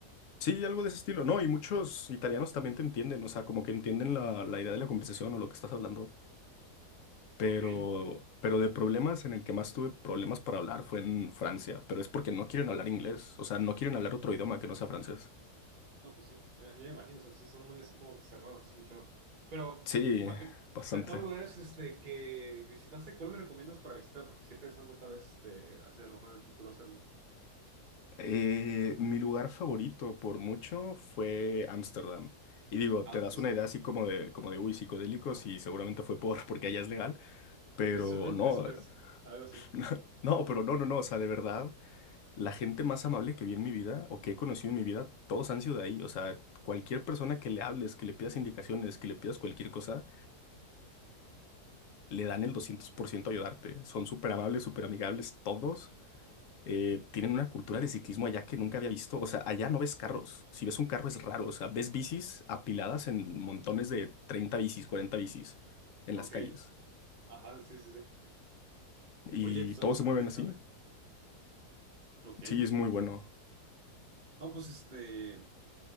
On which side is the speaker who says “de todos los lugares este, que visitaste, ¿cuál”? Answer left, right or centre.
Right